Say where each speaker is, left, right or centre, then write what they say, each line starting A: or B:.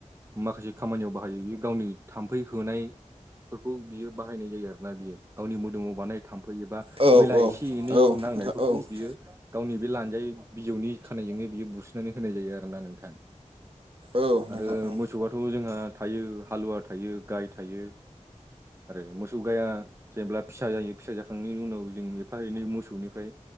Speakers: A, on the right; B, on the right.
A: माखासे खामानियाव बाहायो बियो गावनि थाम्फै होनाय फोरखौ बियो बाहायनाय जायो आरोना बियो। गावनि मोदोमाव बानाय थाम्फै एबा
B: औ
A: मैला एसे एनै
B: औ
A: नांनायफोरखौ
B: नोंथां औ
A: बियो गावनि बे लान्जाय बिजौनि खानायजोंनो बियो बुसननानै होनाय जायो आरोोना नोंथां।
B: औ नोंथां
A: आरो मोसौआथ' जोंहा थायो, हालुवा थायो गाय थायो। आरो मोसौ गाया जेनेब्ला फिसा जायो फिसा जाखांनायनि उनाव जों एफा एनै मोसौनिफ्राय